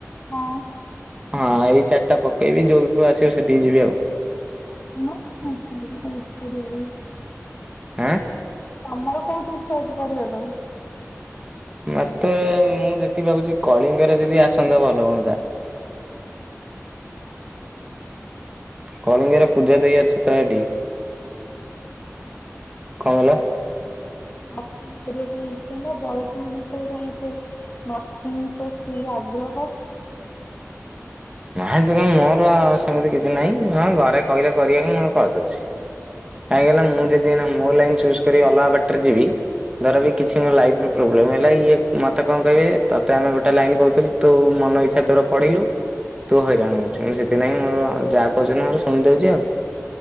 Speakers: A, on the left; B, on the right.
A: ହଁ।
B: ହଁ, ଏଇ ଚାରିଟା ପକେଇବି। ଯୋଉଥୁରୁୁ ଆସିବ ସେଠିକି ଯିବି ଆଉ।
A: ତମର କଣ ଇଚ୍ଛା ଅଛି, ପଢ଼ିବା ପାଇଁ?
B: ଆଁ?
A: ତମର କୋଉଠି ଇଚ୍ଛା ଅଛି ପଢିବା ପାଇଁ?
B: ମତେ, ମୁଁ ଯେତିକି ଭାବୁଚି, କଳିଙ୍ଗରେ ଯଦି ଆସନ୍ତା ଭଲ ହୁଅନ୍ତା। କଳିଙ୍ଗରେ ପୂଜା ଦେଇ ଅଛି ତ ହେଇଠି। କଣ କହିଲ?
A: ହଁ, ମାନେ ତମର କଣ ପାଇଁ ନର୍ସିଂ କରିବା ପାଇଁ ଇଚ୍ଛା ହେଲା? ବଏଜ ମାନେ ଏତେ ପାଇଁ ଏତେ ନର୍ସିଂ ପ୍ରତି ଆଗ୍ରହ
B: ପ୍ଲାନସ ମୋର ସେମିତି କିଛି ନାହିଁ। ଘରେ କହିଲେ କରିବାକୁ, ମୁ କରିଦଉଛି। କାହିଁକି ନା ମୁଁ ଯଦି ମୋ ଲାଇନ ଚୁଜ କରି ଅଲଗା ବାଟରେ ଯିବି ଧର ବି କିଛି ମୋ ଲାଇଫ ର ପ୍ରୋବ୍ଲେମ ହେଲା, ଇଏ ମତେ କଣ କହିବେ? ତତେ ଆମେ ଗୋଟେ ଲାଇନ କହୁଥିଲୁ ତୁ ମନ ଇଚ୍ଛା ତୋର ପଢିଲୁ ତୁ ହଇରାଣ ହଉଛୁ। ସେଥିଲାଗି ମୋର ଯାହା କହୁଛନ୍ତି, ମୋର ଶୁଣି ଦଉଛି ଆଉ।